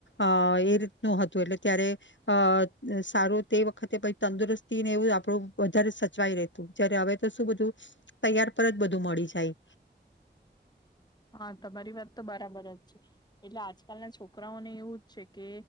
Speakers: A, on the left (about 85°); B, on the left (about 20°).
A: અ એ રીતનું હતું એટલે ત્યારે અ સારું તે વખતે કંઈ તંદુરસ્તીને એવું આપણું વધારે સચવાય રેતુ જ્યારે હવે તો શું બધું તૈયાર પર જ બધું મળી જાય
B: હા તમારી વાત તો બરાબર જ છે એટલે આજકાલના છોકરાઓને એવું જ છે કે